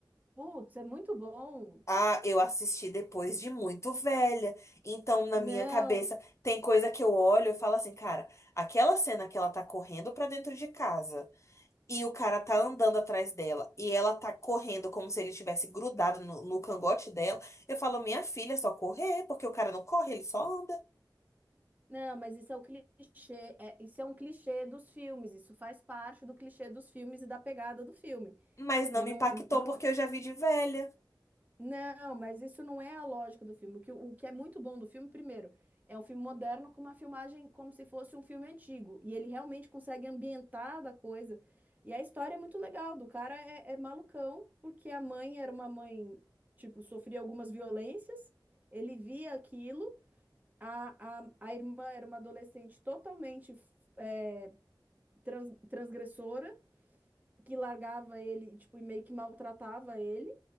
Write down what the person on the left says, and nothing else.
Ah, eu assisti depois de muito velha. Então, na
minha cabeça, tem coisa que eu olho e falo assim, cara, aquela cena que ela tá correndo pra dentro de casa e o cara tá andando atrás dela e ela tá correndo como se ele tivesse grudado no, no cangote dela, eu falo, minha filha, é só correr, porque o cara não corre, ele só anda.
Mas não
me
impactou
porque eu já vi de velha.